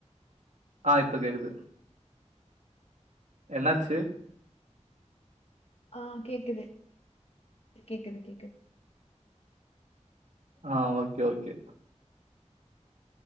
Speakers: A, on the right; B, on the left.
A: ஆ இப்ப கேக்குது என்னாச்சு
B: ஆ கேக்குது கேக்குது கேக்குது
A: ஆ ஓகே ஓகே